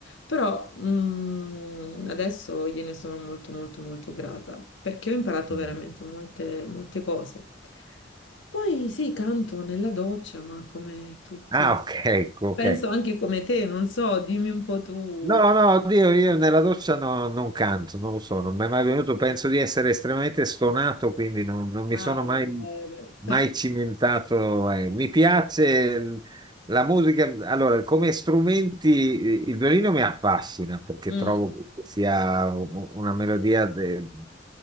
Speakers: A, on the left; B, on the right.
A: Però mm, adesso gliene sono molto, molto, molto grata, perché ho imparato
B: Mm.
A: veramente molte, molte cose. Poi sì, canto nella doccia, ma come tutti...
B: Ah, ok, ecco, ok.
A: Penso anche come te, non so, dimmi un po' tu.
B: No, no, oddio, io nella doccia no- non canto, non lo so, non mi è mai venuto, penso di essere estremamente stonato, quindi non, non mi
A: Ah,
B: sono mai,
A: bene.
B: mai
A: <laughs>
B: cimentato. eh. Mi piace l- la musica, allora, come strumenti eh, il violino mi affascina perché
A: Mm,
B: trovo che sia u- una melodia de-